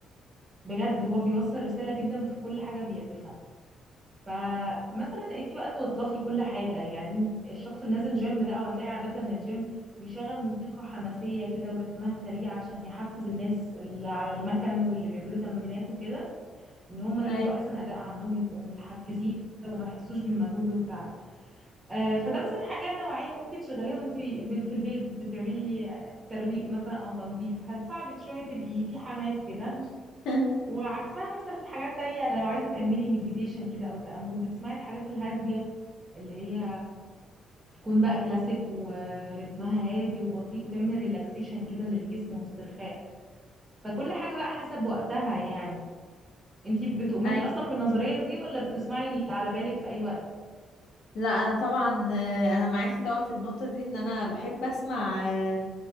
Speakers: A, on the right; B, on the left.
A: بجد هو بيوصل رسالة جدا في كل حاجة بيعزفها فمثلا انتي بقى توظفي كل حاجة يعني الشخص اللي نازل جيم ده او هتلاقي عادة الجيم بيشغل موسيقى حماسية كده ورتمها سريع عشان يحفز الناس اللي على المكن واللي بيعملوا تمرينات وكده ان هم يدوا
B: ايوه
A: احسن اداء عندهم يبقوا متحفزين كده وما يحسوش بالمجهود والتعب آه، فده مثلا حاجه نوعيه ممكن تشغليها وانت ب- في البيت بتعملي آه، ترويق مثلا او تنظيف هتساعدك شويه تبقي في حماس كده
B: <laughs>
A: وعكسها مثلا حاجات تانية لو عايزه تعملي مديتيشن كده او تامل بتسمعي الحاجات الهاديه اللي هي تكون بقى كلاسيك ورتمها هادي وبطيء وتعمل ريلاكسيشن كده للجسم واسترخاء فكل حاجه بقى حسب وقتها يعني انتي بتؤمني
B: اي
A: اصلا بالنظرية دي ولا بتسمعي اللي على بالك في اي وقت
B: لا انا طبعا آه، انا معاكي طبعا في النقطه دي ان انا بحب اسمع آه،